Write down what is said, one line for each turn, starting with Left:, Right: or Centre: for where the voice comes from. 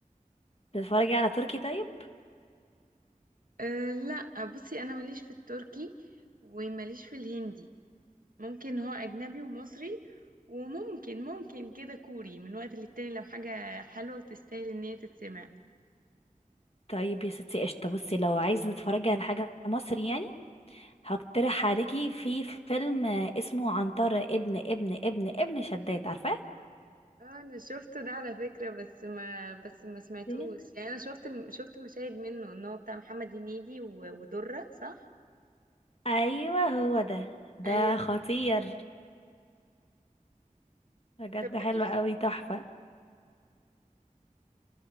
Left: بتتفرجي على تركي طيب
Right: أه لا بصي انا ماليش في التركي وماليش في الهندي ممكن هو اجنبي ومصري وممكن ممكن كده كوري من وقت للتاني لو حاجه حلوه وتستاهل ان هي تتسمع
Left: طيب يا ستي قشطه بصي لو عايزه تتفرجي على حاجه مصري يعني هقترح عليكي في فيلم آه، اسمه عنتر ابن ابن ابن ابن شداد عارفاه
Right: اه انا شفته ده على فكرة بس ما بس ما سمعتوش
Left: إيه؟
Right: يعني انا شفت الم- شفت مشاهد منه ان هو بتاع محمد هنيدي و- ودرة صح
Left: ايوه هو ده ده
Right: ايوه
Left: خطير بجد
Right: طب
Left: حلو
Right: ده قص-
Left: قوي تحفه